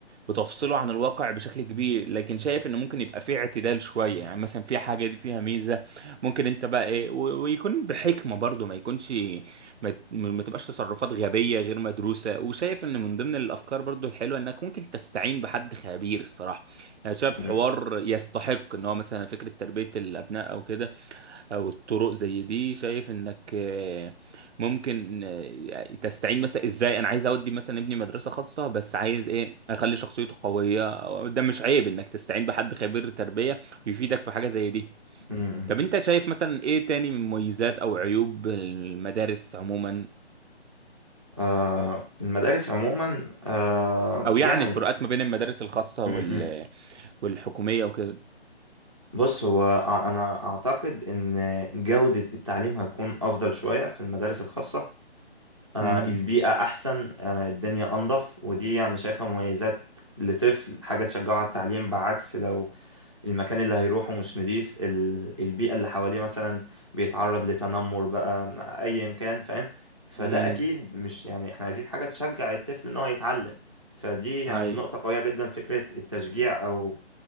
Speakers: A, on the right; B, on the right.
A: بتفصله عن الواقع بشكل كبير لكن شايف ان ممكن يبقى فيه اعتدال شوية يعني مثلا في حاجة دي فيها ميزة ممكن انت بقى ايه و- ويكون بحكمة برضو ما يكونش ما, ت- ما تبقاش تصرفات غبية غير مدروسة وشايف ان من ضمن الافكار برضو الحلوة انك ممكن تستعين بحد خبير الصراحة يعني شايف
B: إمم،
A: حوار يستحق ان هو مثلا فكرة تربية الابناء او كده او الطرق زي دي شايف انك آه، ممكن آه، تستعين مثلا ازاي انا عايز اودي مثلا ابني مدرسة خاصة بس عايز ايه اخلي شخصيته قوية ده مش عيب انك تستعين بحد خبير تربية يفيدك في حاجة زي دي
B: إمم، إمم.
A: طب انت شايف مثلا ايه تاني من مميزات او عيوب المدارس عموما
B: آه المدارس عموما آه
A: او يعني
B: يعني
A: الفروقات ما بين المدارس الخاصة
B: امم
A: وال
B: إمم.
A: والحكومية وكده
B: بص هو أ- انا اعتقد ان جودة التعليم هتكون افضل شوية في المدارس الخاصة آه
A: امم
B: البيئة احسن آه الدنيا انضف ودي يعني شايفها مميزات لطفل حاجة تشجعه على التعليم بعكس لو المكان اللي هيروحه مش نضيف ال- البيئة اللي حواليه مثلا بيتعرض لتنمر بقى أيا كان فاهم فده
A: امم
B: أكيد مش يعني إحنا عايزين حاجة تشجع الطفل إن هو يتعلم فدي يعني
A: هاي
B: نقطة قوية جدا فكرة التشجيع أو